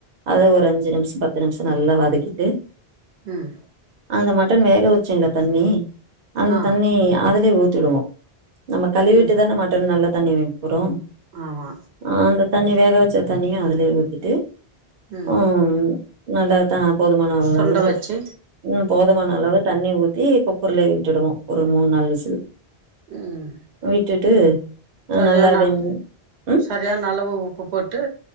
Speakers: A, on the right; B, on the right.
A: அத ஒரு அஞ்சு நிமிஷோ பத்து நிமிஷோ நல்லா வதக்கிட்டு
B: ம்
A: அந்த மட்டன் வேக வச்சுல தண்ணி அந்த
B: ஆ
A: தண்ணி அதுலயே ஊத்திடுவோ நம்ம கழுவிட்டு
B: ம்
A: தான மட்டம் நல்ல தண்ணி வைப்புறோ
B: ஆமா
A: ஆ அந்த தண்ணி வேக வச்ச தண்ணியு அதலயே ஊத்திட்டு
B: ம்
A: அ நல்ல த போதுமான அவளவுல
B: சுண்ட
A: இந்த பாரு
B: வச்சு
A: ம் போதுமான அளவுல தண்ணி ஊத்தி குக்கர்ல இட்டுடுவோ ஒரு மூன் நாள் விசில்
B: ம்
A: விட்டுட்டு
B: சரியான
A: நல்லா வெந்
B: அள
A: ம்
B: சரியான அளவு உப்பு போட்டு